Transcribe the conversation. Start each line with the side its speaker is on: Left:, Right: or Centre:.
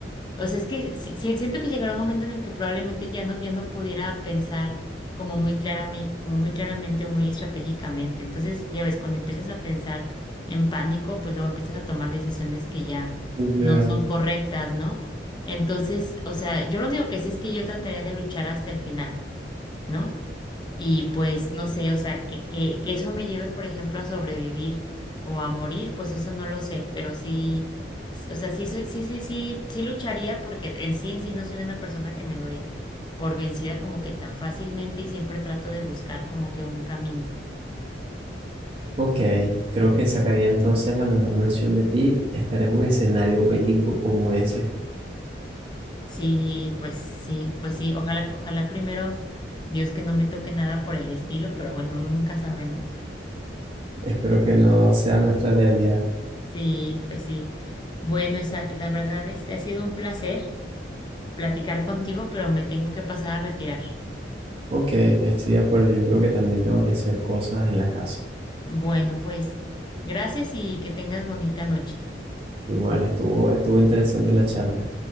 Left: O sea, es que si- si- siento que llegará un momento en el que probablemente ya no, ya no pudiera pensar como muy claramente, como muy claramente o muy estratégicamente. Entonces, ya ves, cuando empiezas a pensar en pánico, pues luego empiezas a tomar decisiones que ya
Right: O
Left: no
Right: sea,
Left: son correctas, ¿no? Entonces, o sea, yo lo único que sé es que yo trataría de luchar hasta el final, ¿no? Y pues no sé, o sea, que, que, que eso me lleve, por ejemplo, a sobrevivir o a morir, pues eso no lo sé, pero sí, s- o sea, sí, soy- sí, sí, sí, sí lucharía porque en sí, en sí no soy una persona que me doy por vencida como que tan fácilmente y siempre trato de buscar como que un camino.
Right: Ok, creo que sacaría entonces la mejor versión de ti, estar en un escenario bélico como ese.
Left: Sí, pues sí, pues sí, ojalá, ojalá primero Dios que no me toque nada por el estilo, pero bueno, uno nunca sabe, ¿no?
Right: Espero que no sea nuestra realidad.
Left: Sí, pues sí. Bueno, Isaac, la verdad este ha sido un placer. platicar contigo, pero me tengo que pasar a retirar.
Right: Ok, estoy de acuerdo. Yo creo que también tengo que hacer cosas en la casa.
Left: Bueno, pues gracias y que tengas bonita noche.
Right: Igual, estuvo, estuvo interesante la charla.